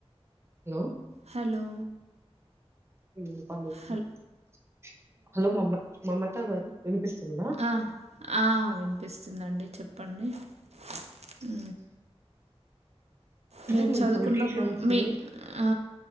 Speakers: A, on the right; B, on the right.
A: హలో
B: హలో
A: ఇల్లులు
B: హల్
A: <unintelligible> హలో మమ మమతా గారు వినిపిస్తుంద
B: ఆ, ఆ వినిపిస్తుందిండి చెప్పండి హు
A: అది
B: మీరు చదువుకున్నప్పుడు
A: పొలిటీషియన్స్
B: మీ ఆ